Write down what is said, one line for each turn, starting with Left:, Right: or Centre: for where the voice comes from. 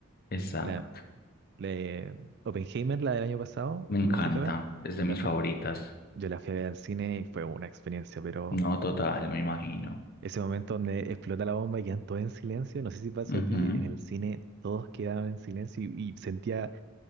Left: exacto.
Right: La- Le, Oppenheimer, la del año pasado,
Left: Me encanta.
Right: ¿la fuiste a ver?
Left: Es de
Right: La
Left: mis
Right: fui-
Left: favoritas.
Right: yo la fui a ver al cine y fue una experiencia, pero
Left: No, total, me imagino.
Right: ese momento donde explota la bomba y quedan todos en silencio, no sé si pasó
Left: Ujú,
Right: a ti, en el cine todos quedaban en silencio y, y sentía